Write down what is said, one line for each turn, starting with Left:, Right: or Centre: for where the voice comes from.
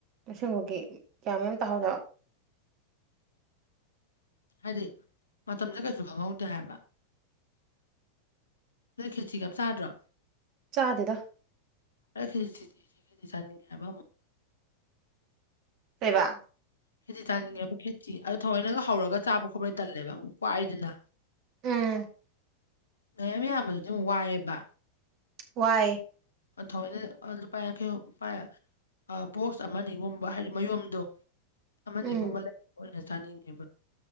Right: ꯑꯁꯤꯃꯒꯤ ꯀꯌꯥꯃ ꯑꯃ ꯇꯥꯍꯧꯗ
Left: ꯍꯥꯏꯗꯤ ꯃꯇꯝꯁꯦ ꯀꯩꯁꯨ ꯈꯪꯍꯧꯗꯦ ꯍꯥꯏꯕ ꯅꯣꯢ ꯈꯦꯖꯤꯒ ꯑꯝ ꯆꯥꯗ꯭ꯔꯣ
Right: ꯆꯥꯗꯦꯗ
Left: ꯑꯩ ꯈꯦꯖꯤ <inaudible> ꯊꯤꯗꯤꯦ ꯈꯦꯖꯤꯗꯤ ꯆꯅꯤꯡꯉꯦ ꯍꯥꯏꯕ ꯑꯃ
Right: ꯀꯩꯕꯥ
Left: ꯈꯦꯖꯤ ꯆꯥꯅꯤꯡꯉꯦꯕꯣ ꯈꯦꯆꯤ ꯑꯗꯣ ꯊꯑꯣꯏꯅꯒ ꯍꯧꯔꯒ ꯆꯥꯕ ꯈꯣꯠꯄꯩ ꯇꯜꯂꯦꯕ ꯑꯃꯨꯛ ꯀꯨꯢꯗꯅ
Right: ꯎꯝ
Left: ꯃꯌꯥꯝ ꯌꯥꯝꯕꯗꯣ ꯑꯗꯨꯝ ꯋꯥꯏꯑꯦꯕ
Right: ꯋꯥꯏꯌꯦ
Left: ꯑ ꯊꯑꯣꯏꯅ ꯂꯨꯄꯥ ꯌꯥꯡꯈꯩ ꯄꯥꯢꯔ ꯕꯣꯛꯁ ꯑꯃꯅꯤꯒꯨꯝꯕ ꯍꯥꯏꯗꯤ ꯃꯌꯨꯝꯗꯣ ꯑꯃꯅꯤꯒꯨꯝꯕ
Right: ꯎꯝ
Left: ꯂꯩꯕ ꯑꯣꯏꯅ ꯆꯥꯅꯤꯡꯉꯦꯕ